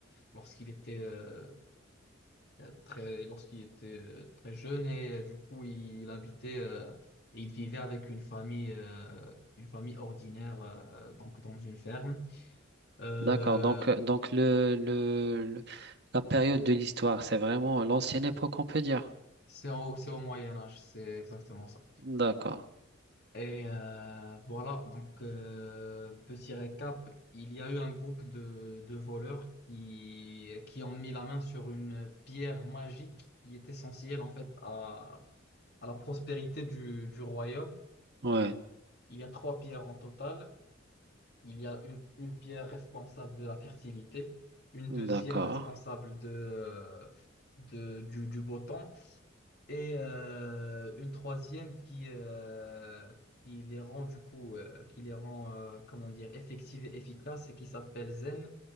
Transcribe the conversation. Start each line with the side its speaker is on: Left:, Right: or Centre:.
Left: lorsqu'il était, euh, euh, très, lorsqu'il était euh, très jeune et euh, du coup il, habitait euh, et il vivait avec une famille, euh, une famille ordinaire euh, donc dans une ferme. Euh,
Right: d'accord. Donc euh, donc le, le le- la période de l'histoire, c'est vraiment l'ancienne époque, on peut dire.
Left: c'est au, c'est au Moyen Âge, c'est exactement ça.
Right: D'accord.
Left: Et euh, voilà, donc euh, petit récap, il y a eu un groupe de, de voleurs qui, qui ont mis la main sur une pierre magique qui est essentielle en fait à, à la prospérité du, du royaume.
Right: Ouais.
Left: Il y a trois pierres en total. Il y a une, une pierre responsable de la fertilité, une
Right: D'accord.
Left: deuxième responsable de, de, du, du beau temps et euh, une troisième qui, euh, qui les rend du coup, euh, qui les rend, euh, comment dire, effectives et efficaces et qui s'appelle Zen.